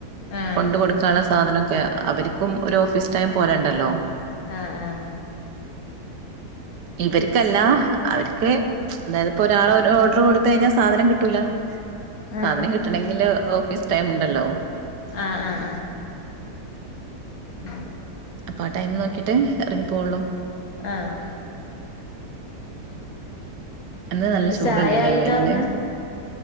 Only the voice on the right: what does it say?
കൊണ്ട് കൊടുക്കാനുള്ള സാധനനോക്കെ അവർക്കും ഒരു ഓഫീസ് ടൈം പോലെണ്ടല്ലോ
ഇവർക്കല്ല അവർക്ക് അതായത് ഇപ്പോൊ ഒരാള് ഓർഡർ കൊടുത്ത് കഴിഞ്ഞ സാധനം കിട്ടൂല
സാധനം കിട്ടനെങ്കിൽ ഓഫീസ് ടൈം ഉണ്ടല്ലോ
അപ്പൊ ആ ടൈം നോക്കിട്ട് ഇറങ്ങി പോകള്ളൂ
ഇന്ന് നല്ല
ചൂട്ണ്ടലെ
വൈലിൻ